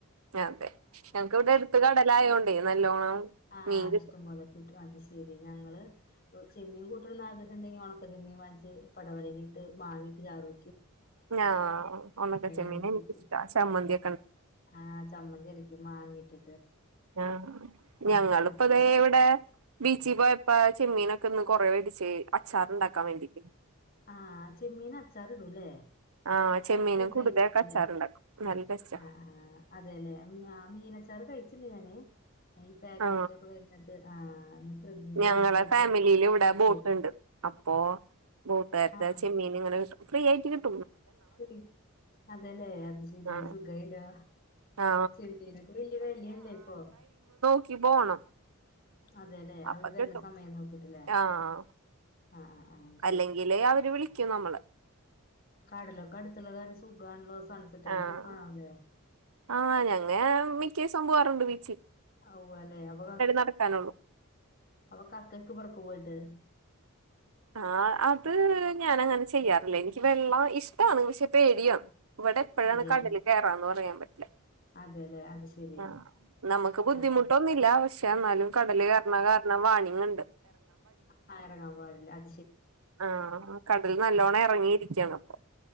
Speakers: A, on the right; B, on the left.
A: അതെ ഞങ്ങക്കിവിടെ അടുത്ത് കടലായോണ്ട് നല്ലോണം
B: ആഹ
A: മീൻ കിട്ടും
B: ഇഷ്ടംപൊലെ കിട്ടും അത് ശെരി ഞങ്ങള് ചെമ്മീൻ കൂട്ടണന്ന് ആഗ്രഹണ്ടെങ്കിൽ ഒണക്ക ചെമ്മൻ വാങ്ങിച്ച് പടവലങ്ങിട്ട് മാങ്ങിട്ട് ചാറു
A: ആ ഒണക്കച്ചെമ്മീനെനിക്ക്ഷ്ടാ
B: അരച്ച് വെക്കും
A: ചമ്മന്തി
B: ആഹ് ചമ്മന്തിയരക്കും. ഒരു മാങ്ങ ഇട്ട്.
A: ആഹ് ഞങ്ങളിയിപ്പോ
B: അങ്ങനെ
A: ദേ ഇവിടെ. ബീച്ചിൽ പോയപ്പോ ചെമ്മീനൊക്കെ ഒന്ന് കൊറെ മേടിച്ചെന്. അച്ചാറുണ്ടാക്കാൻ വേണ്ടിട്ട്.
B: ആഹ് ചെമ്മീന് അച്ചാർ ഇടുല്ലേ,
A: ആ ചെമ്മീനും
B: അത് ഞാൻ
A: കുടുതയൊക്കെ
B: കഴിച്ചിട്ടില്ല
A: അച്ചാറുണ്ടാക്കും നല്ല ടേസ്റ്റാ
B: ആഹ് ആഹ് അതെല്ലെ മീനച്ചാർ കഴിച്ചി നെ ഈ പാക്കറ്റിലൊക്കെ
A: ആ
B: വരുന്നത് ആഹ്. ഞാൻ പ്രഗ്നന്റ് ആയിരുന്ന
A: ഞങ്ങളെ
B: സമയത്ത്
A: ഫാമിലിൽ ഇവിടെ
B: കഴിക്കായിരുന്നു
A: ബോട്ടുണ്ട്, അപ്പോ. ബോട്ടുകാരുടെ
B: ആണോ
A: ചെമ്മീൻ ഇങ്ങനെ എടുക. <unintelligible>
B: ശരി അതല്ലേ അത് ശരി
A: ആ
B: സുഖായല്ലോ
A: ആ
B: ചെമ്മീനൊക്കെ വല്യ വേലല്ലേ ഇപ്പൊ?
A: ക്ക് പോണം-
B: അതെല്ലെ അവര്
A: അപ്പൊ
B: വരണ
A: കിട്ടും
B: സമയം നോക്കിട്ടില്ലേ?
A: ആഹ്
B: ആഹ് ആഹ് ആഹ്
A: അല്ലെങ്കില് അവര് വിളിക്കും നമ്മള്-
B: കടലൊക്കടുത്തോള കാരണം സുഖം ആണല്ലോ? സൺസെറ്റ് ഒക്കെ
A: ആഹ്
B: പോയി കാണാല്ലേ
A: ആഹ് ഞങ്ങ മിക്കേസം പോവാറുണ്ട് ബീ
B: ഉവ്വാല്ലേ അപ്പൊ
A: നടക്കാനുള്ളൂ
B: അപ്പൊ കക്കക്ക് പുറ പോവല്ലേ?
A: ആഹ അത് ഞാൻ അങ്ങനെ ചെയ്യാറില്ലേ എനിക്ക് വെള്ളം ഇഷ്ടാണ് പക്ഷെ പേടിയാണ്- ഇവിടെ എപ്പോഴാണ്
B: അതെല്ലേ
A: കടല് കയറാന്ന് പറയാൻ പറ്റില്ല
B: അതെല്ലേ അത് ശരി
A: ആ നമുക്ക് ബുദ്ധിമുട്ടൊന്നില്ല
B: ആഹ്
A: പക്ഷെ എന്നാലും കടല് കയറണാ കാരണം വാണിങ്ങ്ണ്ട്-
B: ആ എറങ്ങാൻ പാടില്ല അ-
A: ആഹ് കടൽ നല്ലോണ്ണം
B: ഉം.
A: ഇറങ്ങിയിരി ക്കാണപ്പോ-